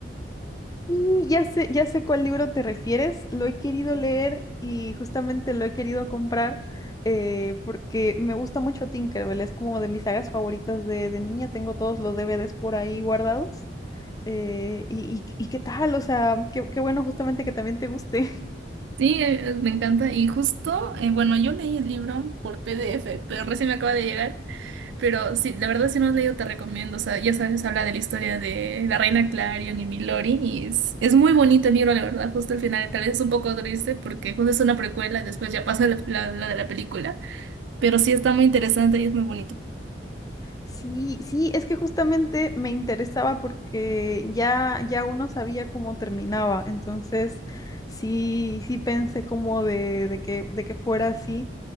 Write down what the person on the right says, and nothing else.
Sí, eh, eh, me encanta. Y justo, eh, bueno, yo leí el libro por PDF, pero recién me acaba de llegar. Pero sí, la verdad, si no has leído, te recomiendo. O sea, ya sabes, habla de la historia de la reina Clarion y Milori. Y es, es muy bonito el libro, la verdad. Justo el final, tal vez es un poco triste porque justo es una precuela, después ya pasa la, la- la de la película. Pero sí está muy interesante y es muy bonito.